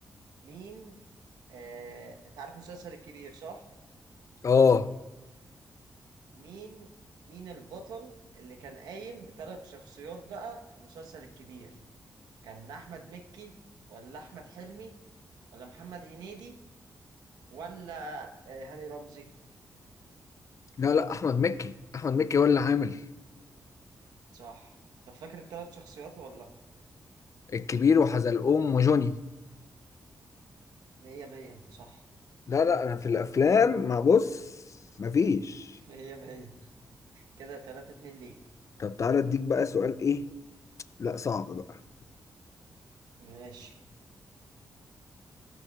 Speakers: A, on the right (about 85°); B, on the left (about 50°).
A: مين آه أنت عارف مسلسل الكبير صح؟
B: اه
A: مين مين البطل اللي كان قايم بثلاث شخصيات بقى في مسلسل الكبير؟ كان أحمد مكي ولا أحمد حلمي ولا محمد هنيدي ولا آه، هاني رمزي؟
B: لا لا احمد مكي احمد مكي هو اللي عامل
A: صح طب فاكر الثلاث شخصيات ولا
B: الكبير وحزلقوم وجوني
A: مية مية انت صح
B: لا لا انا في الافلام ما بص مفيش
A: <laughs> مية مية كده تلاتة اتنين ليك
B: طب تعالى اديك بقى سؤال ايه لا صعب بقى
A: ماشي